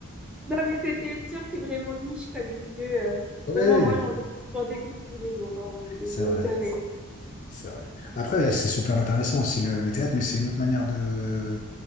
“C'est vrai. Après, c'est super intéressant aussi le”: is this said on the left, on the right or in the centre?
Left